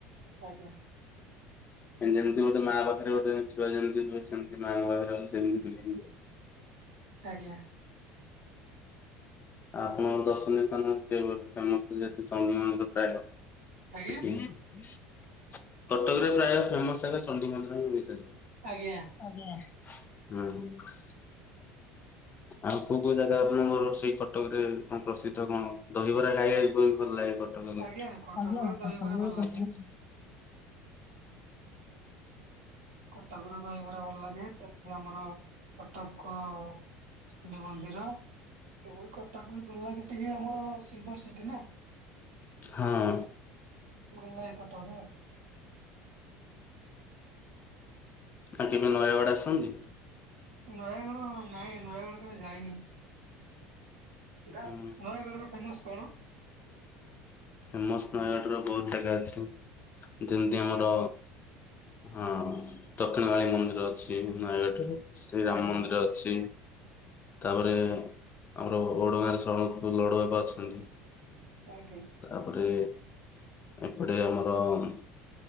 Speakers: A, on the right; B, on the left.
A: ଆଜ୍ଞା।
B: ଯେମିତି ଗୋଟେ ମା ପାଖରେ ଗୋଟେ ଛୁଆ ଯେମିତି ହୁଏ ସେମତି ମାଙ୍କ ପାଖରେ ସେମିତି ବୁଲି
A: ଆଜ୍ଞା।
B: ଆଉ ଆପଣଙ୍କ ଦର୍ଶନୀୟ ସ୍ଥାନ ଫେ - ଫେମସ୍ ଯେହେତୁ ଚଣ୍ଡୀମନ୍ଦିର ପ୍ରାୟତ।
A: ଆଜ୍ଞା
B: ସେଠି କଟକରେ ପ୍ରାୟ ଫେମସ ଜାଗା ଚଣ୍ଡିମନ୍ଦିର ହିଁ ହୋଇଥାଏ।
A: ଆଜ୍ଞା।
B: ଆଜ୍ଞା, ହୁଁ। ଆଉ କୋଉ କୋଉ ଜାଗା ନୂଆ ନୂଆ ସେଇ କଟକରେ କଣ ପ୍ରସିଦ୍ଧ କଣ ଦହିବରା ଖାଇବାକୁ ବି ବହୁତ୍ ଭଲ ଲାଗେ <unintelligible> କଟକରେ
A: ଆଜ୍ଞା କଟକର
B: ଆଜ୍ଞା
A: ଦହିବରା
B: କଟକ ରେ
A: ଭଲ ଲାଗେ।
B: ଦହିବରା
A: କଟାକ ରେ ଦହିବରା ଭଲଲାଗେ ତ ପରେ ଯୋଉ ଆମର କଟକ ଚଣ୍ଡୀ ମନ୍ଦିର ସେଭଳି କଟକ ବି ଭଲ ଲାଗେ ଟିକେ ଆମର ସିଲଭର ସିଟି ନା।
B: ହଁ।
A: ଭଲଲାଗେ କଟକ।
B: ଆଉ କେବେ ନୟାଗଡ଼ ଆସନ୍ତି?
A: ନୟାଗଡ ନାହିଁ ନୟାଗଡ କେବେ ଯାଇନି। ପିଲା,
B: ହୁଁ
A: ନୟାଗଡ ର ଫେମସ କଣ?
B: ଫେମସ୍ ନୟାଗଡ଼ ର ବହୁତ୍ ଜାଗା ଅଛି ଯେମିତି ଆମର ହଁ ଦକ୍ଷିଣକାଳି ମନ୍ଦିର ଅଛି ଏଇଠି ନୟାଗଡ଼ରେ। ଶ୍ରୀରାମ
A: ଆଜ୍ଞା
B: ମନ୍ଦିର ଅଛି। ତାପରେ ଆମର ଓଡ ଗାଁ ରେ ସରମ ପୁରୁ ଲଡୁବାବା ଅଛନ୍ତି।
A: ଆଜ୍ଞା।
B: ତାପରେ ଏପଟେ ଆମର ଆମର